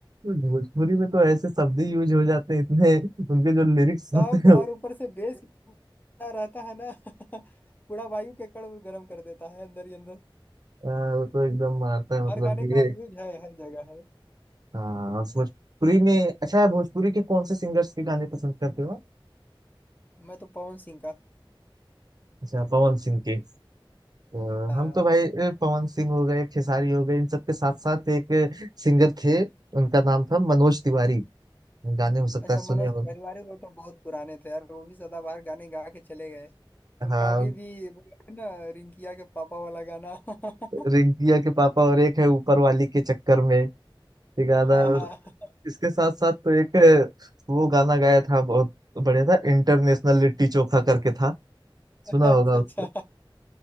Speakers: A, on the right (about 50°); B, on the left (about 20°).
A: भोजपुरी में तो ऐसे शब्द ही यूज हो जाते हैं इतने उनके जो लिरिक्स
B: शब्द
A: होते हैं
B: और
A: वो
B: ऊपर से बेस इतना रहता है ना <laughs> पूरा वायु के कण वो गर्म कर देता है अंदर ही अंदर
A: आ, वो तो एकदम मारता है मतलब
B: हर गाने
A: कि
B: का
A: ये
B: यूज है हर जगह है
A: हाँ और भोजपुरी में अच्छा भोजपुरी के कौन से सिंगर्स के गाने पसंद करते हो आप?
B: मैं तो पवन सिंह का
A: अच्छा पवन सिंह के तो
B: हाँ
A: हम तो भाई ए, पवन सिंह हो गए खेसारी हो गए इन सब के साथ साथ एक सिंगर थे उनका नाम था मनोज तिवारी गाने हो सकता
B: अच्छा
A: है सुने
B: मनोज
A: हो
B: परिवार वो तो बहुत पुराने थे यार वो भी सदाबहार गाने गा के चले गए उनका
A: हाँ
B: अभी भी वो है ना रिंकिया के पापा वाला गाना <laughs>
A: रिंकिया के पापा और एक है ऊपर वाली के चक्कर में एक गाना
B: हाँ हाँ
A: इसके साथ साथ तो एक वो गाना गाया था बहुत बढ़िया था इंटरनेशनल लिट्टी चोखा करके था सुना
B: अच्छा
A: होगा उसको
B: अच्छा